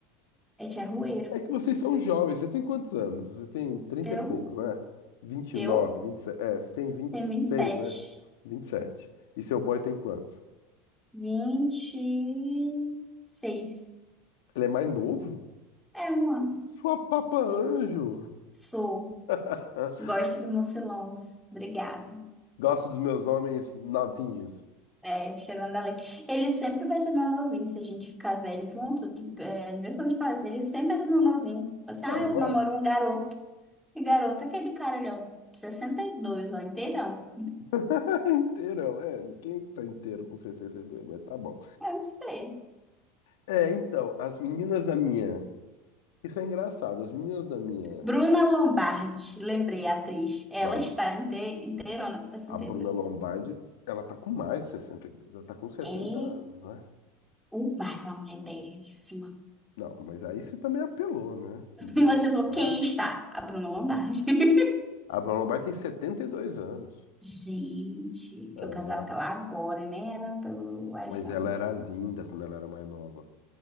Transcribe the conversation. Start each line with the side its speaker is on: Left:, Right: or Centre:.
Centre: A gente é rueiro.
Left: É que vocês são jovens. Você tem quantos anos? Você tem 30
Centre: Eu,
Left: e pouco, não é? 29,
Centre: eu
Left: 27. É, você tem vinte
Centre: tenho
Left: e seis,
Centre: vinte e sete.
Left: né? Vinte E sete. E seu boy tem quanto?
Centre: vinte e seis
Left: Ele é mais novo?
Centre: É um ano.
Left: Sua papa anjo.
Centre: Sou.
Left: <laughs>
Centre: Gosto de Mocilons. Obrigada.
Left: Gosto dos meus homens novinhos.
Centre: É, chegando ali. Ele sempre vai ser meu novinho se a gente ficar velho junto. tipo, É, é mesmo quando eu te falei, assim, ele sempre vai ser meu novinho. Assim, ah,
Left: É,
Centre: eu
Left: vai.
Centre: namoro um garoto. E garoto é aquele cara ali, ó, sessenta e dois ó, inteirão.
Left: <laughs> Inteirão, é. Quem é que tá inteiro com sessenta e dois Mas tá bom.
Centre: Eu não sei.
Left: É, então, as meninas da minha. Isso é engraçado. As meninas da minha.
Centre: Bruna Lombardi, lembrei, a atriz. Ela
Left: da-
Centre: está inte- inteirona com sessenta
Left: a Bruna
Centre: e dois
Left: Lombardi, ela tá com mais de 62. Ela tá com setenta
Centre: É
Left: anos, né?
Centre: uma, aquela mulher belíssima.
Left: Não, mas aí você também apelou, né?
Centre: <laughs>
Left: Bruna
Centre: E você
Left: Lombardi.
Centre: falou, quem está? A Bruna Lombardi. <laughs>
Left: A Bruna Lombardi tem 72 anos.
Centre: Gente,
Left: É,
Centre: eu casava com ela agora, né? Era pelo iPhone.
Left: mas ela era linda quando ela era mais nova.